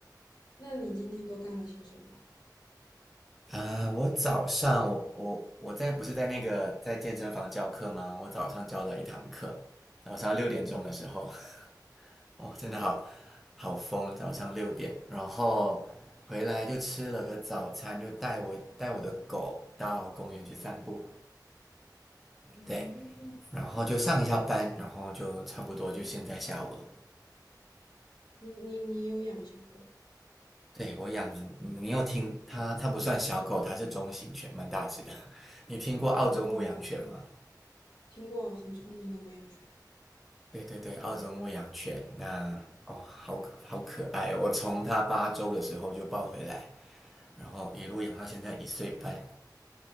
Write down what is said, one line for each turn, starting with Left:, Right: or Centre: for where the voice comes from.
Left: 那你今天都干了些什么？
Centre: 啊、我早上我我我在不是在那个在健身房教课吗？我早上教了一堂课，早上六点钟的时候，
Left: 嗯
Centre: <laughs> 哦，
Left: 嗯
Centre: 真的好好疯，早上六点，然后回来就吃了个早餐，就带我带我的狗到公园去散步。
Left: 嗯，
Centre: 对，然后就上一下班，然后就差不多就现在下午了。
Left: 你你你有养小狗？
Centre: 对我养，你有听它？它不算小狗，它是中型犬，蛮大只的。<laughs> 你听过澳洲牧羊犬吗？
Left: 哦，对，没有听过很聪明的牧羊犬。
Centre: 对对对，澳洲牧羊犬，那哦，好好可爱哦我从它八周的时候就抱回来，然后一路养到现在一岁半，